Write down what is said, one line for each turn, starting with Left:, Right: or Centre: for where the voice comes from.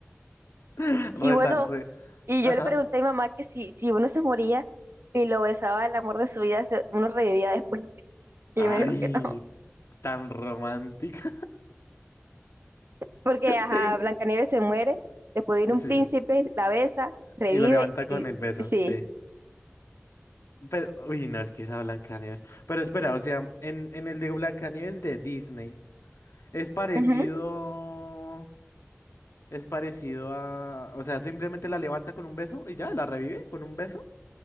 Left: <laughs> Reza,
Right: Y bueno,
Left: re-
Right: y
Left: Ajá.
Right: yo le pregunté a mi mamá que si, si uno se moría y lo besaba el amor de su vida, se- uno revivía después. <laughs> Y
Left: Ay,
Right: ella me dijo que no, <laughs>
Left: tan romántica. <laughs>
Right: porque ajá,
Left: Te-
Right: Blancanieves se muere, después viene un
Left: Sí.
Right: príncipe, la besa, revive
Left: Y lo levanta con
Right: y
Left: el beso,
Right: sí.
Left: sí. Pero, uy, no, es que esa Blancanieves. Pero espera, o sea, en, en el de Blancanieves de Disney, es parecido.
Right: Ujú,
Left: Es parecido a, o sea, simplemente la levanta con un beso y ya, la revive con un beso.